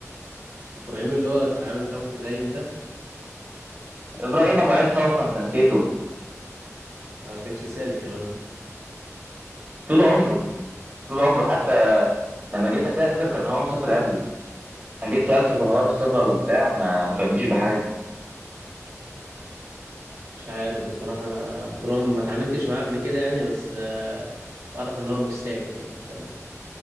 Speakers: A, on the right; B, on the right.
A: ابراهيم اللي هو كان عامل فيها متدين ده
B: ابراهيم ابو عين صفرا انت نسيته
A: ما كانش سالك الواد ده
B: طول عمره طول عمره حتى لما جيت اسافر كان هو مسافر قبلي انا جيت سالته في حوار السفر وبتاع ما ما فادنيش بحاجه
A: مش عارف بصراحة انا طول عمري ما اتعاملتش معاه قبل كده يعني بس آه، اعرف ان هو مش سالك يعني فاهم